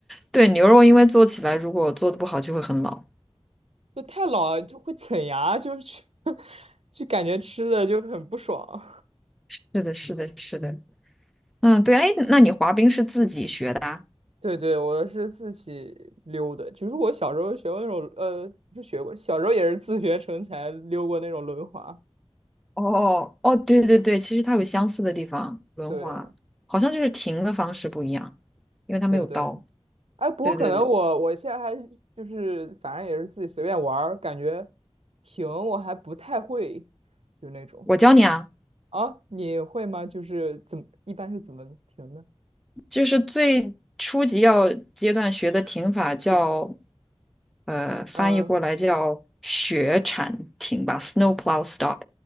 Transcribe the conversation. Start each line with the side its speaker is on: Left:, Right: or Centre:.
Centre: 对，牛肉因为做起来如果做的不好就会很老。
Right: 就太老就会啃牙，就是 <laughs> 就感觉吃的就很不爽。
Centre: 是的，是的，是的。嗯，对，哎，那你滑冰是自己学的啊？
Right: 对对，我是自己溜的，就是我小时候学过那种，呃，不是学过，小时候也是自学成才溜过那种轮滑。
Centre: 哦，哦，对对对，其实它有相似的地方，轮滑好像就是停的方式不一样，
Right: 对
Centre: 因为它没有刀。
Right: 对对，哎，不过可能我我现在还就是反正也是自己随便玩儿，
Centre: 对对对，
Right: 感觉停我还不太会，就那种
Centre: 我教你啊。
Right: 啊，你会吗？就是怎么一般是怎么停的？
Centre: 就是最初级要阶段学的停法叫，呃，翻译过来叫雪铲停吧，snowplow
Right: 嗯
Centre: stop。